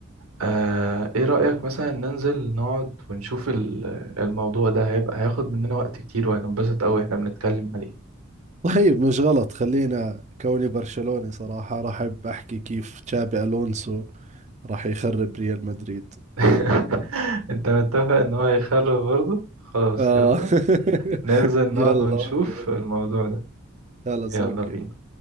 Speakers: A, on the right; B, on the right.
A: آه، ايه رأيك مثلا ننزل نقعد ونشوف ال- الموضوع ده هيبقى هياخد مننا وقت كتير وهننبسط أوي احنا بنتكلم عليه
B: طيب مش غلط خلينا كوني برشلوني صراحة راح أحب أحكي كيف تشابي ألونسو راح يخرب ريال مدريد
A: <laughs> انت متفق ان هو هيخرب برضه خلاص
B: آه
A: يلا
B: <laughs>
A: ننزل نقعد
B: يلا
A: ونشوف
B: أوكي أوكي
A: الموضوع ده
B: خلص
A: يلا
B: أوكي
A: بينا